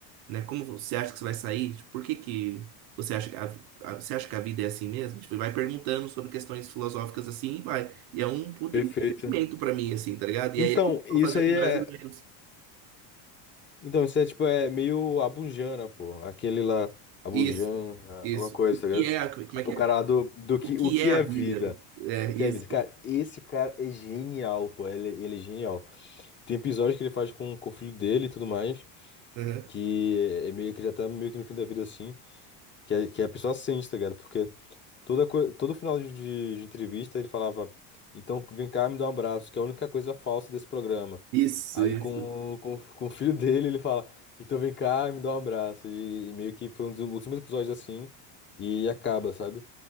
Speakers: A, on the right; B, on the left.
A: né? Como você acha que você vai sair? Tipo, por que que você acha que a, a- você acha que a vida é assim mesmo? Tipo, e vai perguntando sobre questões filosóficas assim e vai. E é um puta
B: Perfeito.
A: entretenimento pra mim, assim, tá ligado? E
B: Então,
A: aí ele começou
B: isso
A: a fazer
B: aí
A: com
B: é.
A: brasileiros.
B: Então, isso é tipo, é meio Abujamra, pô. Aquele lá, Abujamra,
A: Isso, isso.
B: alguma coisa,
A: O
B: tá ligado?
A: que é a, como é que
B: O
A: é?
B: cara lá do, do que,
A: O que
B: o que
A: é
B: é
A: a vida?
B: vida.
A: É,
B: O que
A: isso.
B: é vida? Cara, esse cara é genial, pô. Ele, ele é genial. Tem episódios que ele faz com, com o filho dele e tudo mais,
A: Aham.
B: que é meio que já tá meio que no fim da vida assim, que, a- que é a pessoa sente, tá ligado? Porque toda, coi- todo final de, de, de entrevista ele falava, então vem cá me dar um abraço, que é a única coisa falsa desse programa.
A: Isso,
B: Aí
A: isso.
B: com, com, com o filho dele ele fala, então vem cá me dá um abraço. E, e meio que foi um dos últimos episódios assim, e acaba, sabe?